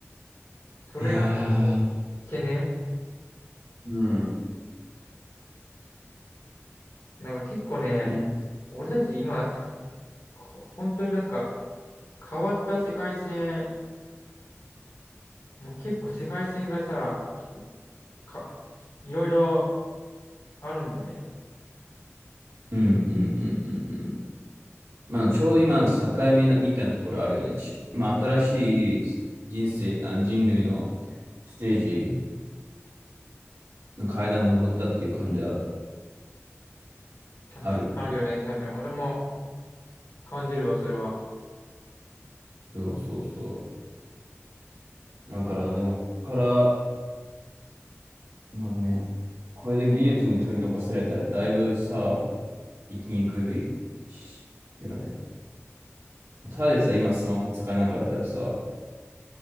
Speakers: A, on the left; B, on the right.
A: それが結構懸念。
B: いやー、うん。
A: なんか結構ね、
B: ね。
A: 俺たち今、ほ本当になんか変わった世界線、もう結構世界線がさ、結構か、いろいろあるんだよね。
B: うんうんうんうんうん。まあ、ちょうど今、なんか境目だみたいなところあるよね。ち、今、
A: あ、
B: 新しい人生、
A: いや
B: あ、人類のステージの階段登ったっていう感じは
A: 多分そうなるよね、
B: あるけど。
A: 多分。俺も感じるわ、それは。
B: そうそうそう。だから、でも、ここからまあね、これで技術に取り残されたらだいぶさ、生きにくいし、よね。ただでさ、今スマホ使えなかったらさ、